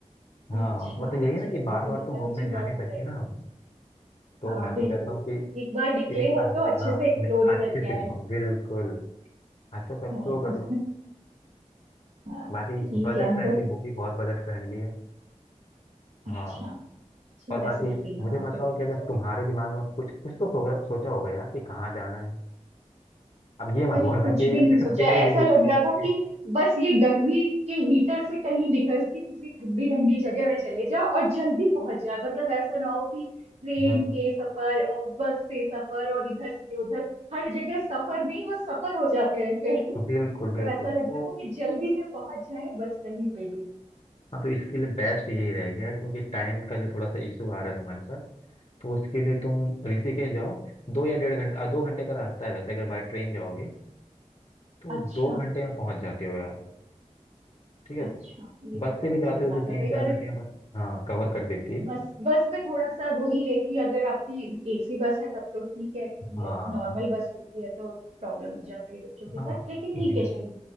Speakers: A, on the left; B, on the right.
A: हाँ
B: अच्छा
A: मतलब यही
B: चलिए
A: ना कि बार
B: ये
A: बार
B: तो बहुत
A: तो घूमने
B: अच्छी
A: जा
B: बात
A: नहीं सकते
B: बताई
A: ना हम तो
B: हाँ
A: मैं
B: बिल्कुल
A: तो कहता हूँ कि
B: एक बार निकले
A: एक साथ
B: हैं तो अच्छे
A: हाँ
B: से एक्सप्लोर
A: नि-
B: ही
A: अच्छे
B: करके
A: से घूमो
B: आए
A: बिल्कुल अच्छा सा एक्सप्लोर
B: हाँ
A: कर लो
B: हाँ
A: बाकी
B: ठीक
A: बजट
B: है अंगद
A: फ्रेंडली वो भी बहुत बजट फ्रेंडली है
B: अच्छा
A: हाँ
B: अच्छी
A: और बाकी
B: फैसिलिटी है
A: मुझे
B: वहां
A: बताओ
B: पे भी
A: कि
B: मतलब
A: अगर तुम्हारे दिमाग में कुछ कुछ तो सो, सोचा होगा यार कि कहाँ जाना है अब ये मत
B: अरे
A: बोलना
B: कुछ
A: कि
B: भी नहीं
A: <laughs>
B: सोचा
A: दिल्ली
B: ऐसा
A: दिल्ली
B: लग
A: घूमने
B: रहा था
A: की
B: कि बस ये गर्मी के हीटर से कहीं निकल के किसी ठंडी ठंडी जगह में चले जाओ और जल्दी पहुंच जाए मतलब ऐसा ना हो कि ट्रेन
A: हम्म
B: के सफर और बस से सफर और इधर से उधर हर जगह सफर नहीं वो सफर हो जाते हैं फिर <laughs>
A: बिल्कुल
B: तो
A: बिल्कुल
B: ऐसा लग
A: तो
B: रहा था कि जल्दी से पहुंच जाए बस कहीं पे भी
A: हाँ तो इसके लिए बेस्ट यही रहेगा यार क्योंकि टाइम का जो थोड़ा सा इशू आ रहा है तुम्हारे साथ तो उसके लिए तुम ऋषिकेश जाओ दो या डेढ़ घंटा दो घंटे का रास्ता है वैसे अगर बाय ट्रेन जाओगे तो
B: अच्छा
A: दो घंटे में पहुंच जाते हो यार ठीक है
B: अच्छा ये
A: बस
B: तो बहुत
A: से भी जाते
B: सही
A: हो तो
B: बात
A: तीन
B: बताई
A: चार
B: और
A: घंटे में बस हाँ कवर कर देती है
B: बस बस में थोड़ा सा वही है कि अगर आपकी एसी बस है तब तो ठीक है
A: हाँ
B: लाइक नॉर्मल बस होती है तो प्रॉब्लम हो जाती है बच्चों के
A: हाँ
B: साथ
A: हाँ
B: लेकिन ठीक
A: बिल-
B: है चलिए